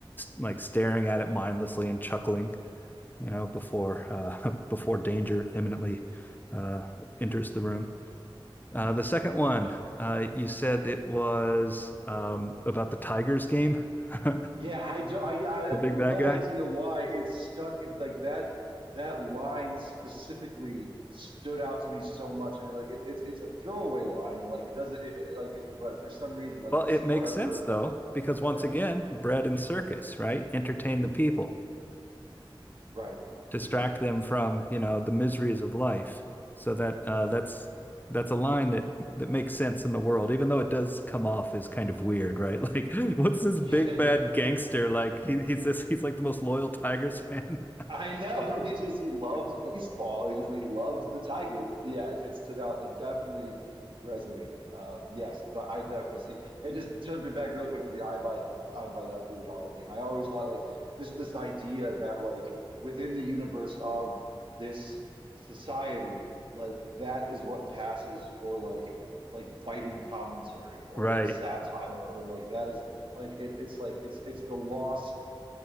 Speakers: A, on the left (about 20°); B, on the right (about 65°).
A: like staring at it mindlessly and chuckling, you know, before uh, <laughs> before danger imminently uh, enters the room. Uh, the second one,
B: Yeah.
A: uh, you said it was um, about the Tigers game, <laughs> the
B: Yeah, I do. I, I have
A: big
B: no
A: bad guy.
B: idea why it's stuck in like that. That line specifically stood out to me so much, and like it, it's it's a throwaway line, and like it doesn't it, it- like it, but for some reason, like
A: Well,
B: this
A: it makes
B: whatever.
A: sense though, because
B: Yeah.
A: once again, bread and circus, right? Entertain the people,
B: Right.
A: distract
B: Yeah.
A: them from
B: Yeah.
A: you know the miseries of life. So that uh, that's that's a line that that makes sense in the world, even though it does come off as kind of weird, right? <laughs> Like, what's this
B: <laughs> Yeah.
A: big bad gangster like? He, he's this he's like the most loyal Tigers fan,
B: I know. <laughs> He just he loves baseball. He just he loves the Tigers. It- Yeah, it, it stood out. It definitely resonated. Um, yes, but I, I definitely see. And just jumping back real quick to the I buy the I'd buy that for a dollar thing. I always thought like just this idea that like within the universe of this society, like that is what passes for like like biting commentary or
A: <laughs> right?
B: like satire or like that is like it, it's like it's it's the loss